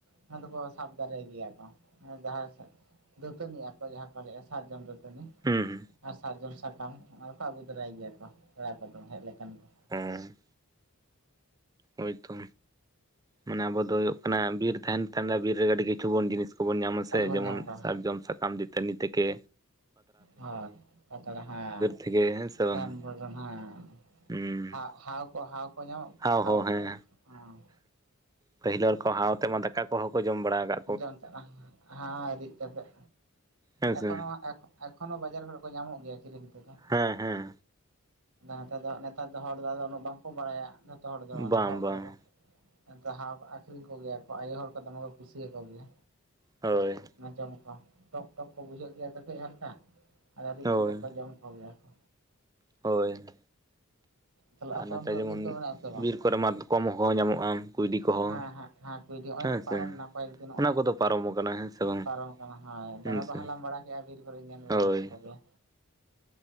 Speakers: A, on the right; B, on the right.
A: ᱚᱱᱟ ᱫᱚᱠᱚ ᱥᱟᱵ ᱫᱟᱨᱮᱭ ᱜᱮᱭᱟ ᱠᱚ, ᱚᱱᱮ ᱡᱟᱦᱟᱸᱭ ᱥᱮᱫ ᱫᱟᱹᱛᱟᱹᱱᱤ ᱟᱠᱚ ᱡᱟᱦᱟᱸ ᱠᱚ ᱞᱟᱹᱭᱮᱜ-ᱟ ᱥᱟᱨᱡᱚᱢ ᱫᱟᱹᱛᱟᱹᱱᱤ᱾
B: ᱦᱩᱸ ᱦᱩᱸ᱾
A: ᱟᱨ ᱥᱟᱨᱡᱚᱢ ᱥᱟᱠᱟᱢ ᱚᱱᱟ ᱫᱚᱠᱚ ᱟᱹᱜᱩ ᱫᱚᱨᱟᱭ ᱜᱮᱭᱟ ᱠᱚ ᱯᱮᱲᱟ ᱠᱚᱫᱚ ᱦᱮᱡ ᱞᱮᱠᱷᱟᱱ ᱠᱚ᱾
B: ᱦᱮᱸ᱾ ᱦᱳᱭ ᱛᱚ ᱢᱟᱱᱮ ᱟᱵᱚ ᱫᱚ ᱦᱩᱭᱩᱜ ᱠᱟᱱᱟ ᱵᱤᱨ ᱛᱟᱦᱮᱱ ᱛᱮ ᱚᱸᱰᱮ ᱵᱤᱨ ᱨᱮ ᱟᱹᱰᱤ ᱠᱤᱪᱷᱩ ᱵᱚᱱ ᱡᱤᱱᱤᱥ ᱠᱚᱵᱚᱱ ᱧᱟᱢᱟ
A: ᱟᱹᱰᱤ
B: ᱥᱮ
A: ᱵᱚᱱ
B: ᱡᱮᱢᱚᱱ
A: ᱧᱟᱢ ᱠᱚᱣᱟ
B: ᱥᱟᱨᱡᱚᱢ ᱥᱟᱠᱟᱢ ᱫᱟᱹᱛᱟᱹᱱᱤ ᱛᱮᱠᱮ
A: ᱦᱳᱭ ᱯᱟᱛᱲᱟ ᱦᱟᱸ
B: ᱛᱷᱮᱠᱮ ᱦᱮᱸ ᱥᱮ ᱵᱟᱝ
A: ᱨᱟᱱ ᱢᱩᱨᱜᱟᱹᱱ ᱦᱟᱸ
B: ᱦᱩᱸ
A: ᱦᱟ-ᱦᱟᱣ᱾ ᱠᱚ ᱦᱟᱣ ᱠᱚ ᱧᱟᱢᱚᱜ
B: ᱦᱟᱣ ᱦᱚᱸ
A: ᱠᱚ
B: ᱦᱮᱸ,
A: ᱦᱮᱸ
B: ᱯᱟᱹᱦᱤᱞ ᱦᱚᱲ ᱠᱚ ᱦᱟᱣ ᱛᱮᱢᱟ ᱫᱟᱠᱟ ᱠᱚᱦᱚᱸ ᱠᱚ ᱡᱚᱢ ᱵᱟᱲᱟᱣ ᱠᱟᱫᱽ᱾
A: <unintelligible> ᱦᱟᱸᱣ ᱨᱤᱫ ᱠᱟᱛᱮᱫ
B: ᱦᱮᱸ
A: ᱮᱠᱷᱳᱱᱳ
B: ᱥᱮ
A: ᱮᱠᱷᱳ ᱮᱠᱷᱚᱱᱳ ᱵᱟᱡᱟᱨ ᱠᱚᱨᱮᱜ ᱠᱚ ᱧᱟᱢᱚᱜ ᱜᱮᱭᱟ ᱠᱤᱨᱤᱧ ᱛᱮᱫᱚ᱾
B: ᱦᱮᱸ ᱦᱮᱸ
A: ᱟᱫᱚ ᱦᱮᱛᱟᱨ ᱫᱚ ᱱᱮᱛᱟᱨ ᱫᱚ ᱦᱚᱲ ᱫᱚ ᱟᱫᱚ ᱩᱱᱟᱹᱜ ᱵᱟᱝᱠᱚ ᱵᱟᱲᱟᱭᱟ ᱡᱷᱚᱛᱚ ᱦᱚᱲ ᱫᱚ ᱚᱱᱟ
B: ᱵᱟᱝ
A: ᱦᱚᱜ
B: ᱵᱟᱝ
A: ᱠᱚᱫᱚ᱾ ᱟᱫᱚ ᱦᱟᱣ ᱠᱚ ᱟᱠᱷᱨᱤᱧ ᱠᱚ ᱜᱮᱭᱟ ᱠᱚ, ᱟᱭᱳ ᱦᱚᱲ ᱠᱚ ᱫᱚᱢᱮ ᱠᱚ ᱠᱩᱥᱤᱭᱟᱠᱚ ᱜᱮᱭᱟ᱾
B: ᱦᱳᱭ᱾
A: ᱚᱱᱟ ᱡᱚᱢ ᱠᱚ, ᱴᱚᱠ ᱴᱚᱠ ᱠᱚ ᱵᱩᱡᱷᱟᱹᱜ ᱜᱮᱭᱟ ᱠᱟᱹᱴᱤᱡ ᱦᱟᱞᱠᱟ ᱟᱫᱚ ᱨᱤᱫ
B: ᱦᱳᱭ
A: ᱠᱟᱛᱮ ᱠᱚ ᱡᱚᱢ ᱠᱚ ᱜᱮᱭᱟ ᱠᱚ᱾
B: ᱦᱳᱭ᱾
A: ᱛᱟᱦᱚᱞᱮ
B: ᱟᱨ
A: ᱟᱯᱮ
B: ᱱᱚᱛᱮ
A: ᱚᱱᱛᱮ ᱫᱚ
B: ᱡᱮᱢᱚᱱ
A: ᱵᱤᱨ ᱠᱚ ᱢᱮᱱᱟᱜ ᱟᱥᱮ ᱵᱟᱝ
B: ᱵᱤᱨ ᱠᱚᱨᱮ ᱢᱟᱛᱠᱚᱢ ᱦᱚᱸ ᱧᱟᱢᱚᱜ-ᱟ, ᱠᱩᱭᱰᱤ ᱠᱚᱦᱚᱸ᱾
A: ᱦᱮᱸ ᱦᱮᱸ ᱦᱮᱸ ᱠᱩᱭᱰᱤ ᱦᱚᱜ -ᱚᱭ
B: ᱦᱮᱸ
A: ᱯᱟᱨᱚᱢᱱᱟ
B: ᱥᱮ
A: ᱠᱚᱭᱮᱠ ᱫᱤᱱ ᱱᱚᱜ-ᱚᱭ᱾
B: ᱚᱱᱟ ᱠᱚᱫᱚ ᱯᱟᱨᱚᱢ ᱟᱠᱟᱱᱟ ᱦᱮᱸ᱾ ᱥᱮ ᱵᱟᱝ
A: ᱯᱟᱨᱚᱢ ᱠᱟᱱᱟ ᱦᱳᱭ ᱫᱚᱢᱮ
B: ᱦᱮᱸ
A: ᱠᱚ
B: ᱥᱮ
A: ᱦᱟᱞᱟᱢ ᱵᱟᱲᱟ ᱠᱮᱫ-ᱟ ᱵᱤᱨ ᱠᱚᱨᱮᱧ ᱧᱮᱞ
B: ᱦᱳᱭ
A: ᱵᱟᱲᱟ ᱠᱮᱫ ᱠᱚᱜᱮᱭᱟ᱾